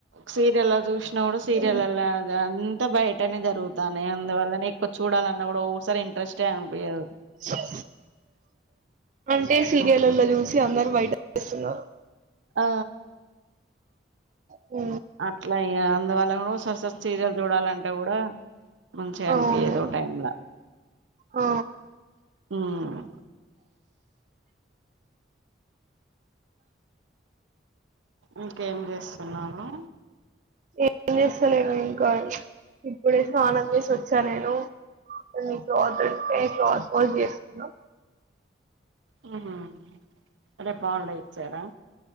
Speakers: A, on the right (about 90°); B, on the right (about 40°).
A: సీరెల్ల జూష్ నోడు సీరియల్ల
B: ఉమ్.
A: లాగన్ ంతబాయిట్ టనే జరుగుతాన్నయి అందువల్లనే ఎక్కువ చూడాలన్నా గూడా వో అస్సలు ఇంట్రెస్టే అని పియ్యదు
B: ఆ అంటే సీరియల్లలో
A: ఓకే
B: జూసి అందరు బయట ఇస్తున్నా
A: ఆ
B: ఉ
A: అట్లా ఇగ అందువల్ల గుడా సస్సస్ సీరియల్ చూడాలంటే గుడా మంచిగా
B: అవును
A: అనిపియ్యదు ఓ టైం లా
B: ఆ
A: ఊను ఇంకేం చేస్తున్నాను
B: ఏం జేస్తలేను ఇంకా ఇప్పుడే స్నానం చేసి వచ్చా నేను కొన్ని క్లాత్ ఉంటే క్లాత్ వాస్ చేస్తున్న
A: ఆ <unintelligible> ఇచ్చారా